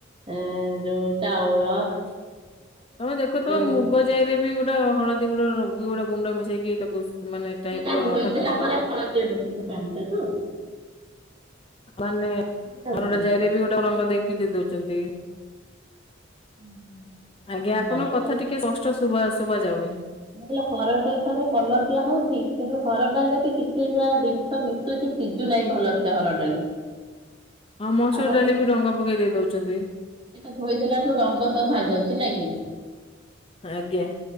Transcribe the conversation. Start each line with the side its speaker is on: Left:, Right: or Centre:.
Right: ଏଁ ଯୋଉ ଟାଉଳ
Left: ହ ତମେ ଦେଖୁଥିବ ମୁଗ
Right: ମିଶୁଛି।
Left: ଯାଇରେ ବି ଗୋଟେ ହଳଦ୍ <unintelligible> ରୋଗୀ ଗୋଟେ ଗୁଣ୍ଡ ମିସେଇକି ତାକୁ ମାନେ ଟାଇପ
Right: ସେଟା
Left: ର
Right: ଧୋଇଦେଲା
Left: ତାକୁ
Right: ପରେ ହଳଦିଆ ଦୁଶୁଚି ପାଣିଟା ତ।
Left: ମାନେ
Right: ହଉଛି।
Left: ହରଡ ଜାଇରେ ବି ଗୋଟେ ରଙ୍ଗ ଦେଇକି ଦେଇ ଦଉଚନ୍ତି।
Right: <unintelligible>
Left: ଆଜ୍ଞା ଆପଣଙ୍କ
Right: ହରଡ଼
Left: କଥା
Right: ଡାଲିଟା
Left: ଟିକେ <unintelligible> ଶୁବା ଶୁବା ଯାଉନି।
Right: ମୁଁ କହିଲି ହରଡ ଡାଲିଟାରେ କଲର ଦିଆ ହଉଚି କି <unintelligible> ହରଡ଼ ଡାଲିରେ ବି କିଛି <unintelligible> ଜିନ୍ଷ ମିଶୁଚି ସିଜୁ ନାହିଁ ଭଲସେ ହରଡ ଡାଲି।
Left: ହଁ ମସୁର
Right: ଆପଣ
Left: ଡାଲି ବି ଡଙ୍ଗା ପକେଇ ଦେଇ ଦଉଚନ୍ତି।
Right: ସେଟା ଧୋଇ ଦେଲାଠୁ ରଙ୍ଗ ସବୁ ବାହାରି ଯାଉଚି ନାଇଁ କି?
Left: ଆଜ୍ଞା!